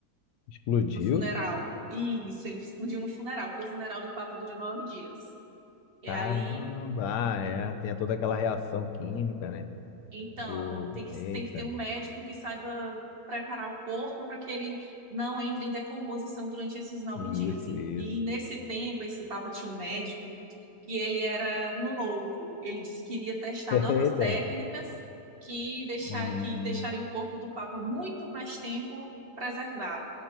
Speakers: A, on the left; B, on the right.
A: explodiu?
B: No funeral. Isso, ele explodiu no funeral, porque o funeral do Papa dura nove dias. E
A: Caramba,
B: aí,
A: ah, é. Tem toda aquela reação química, né?
B: então,
A: Do.
B: tem que,
A: Eita,
B: tem que ter um médico que saiba preparar o corpo para que ele não entre em decomposição durante esses nove
A: isso,
B: dias. E,
A: isso.
B: e nesse tempo, esse Papa tinha um médico que ele era um louco. Ele disse que iria testar
A: <laughs>
B: novas
A: Eita.
B: técnicas que, deixar,
A: Hum,
B: que deixaria o corpo do Papa muito mais tempo preservado.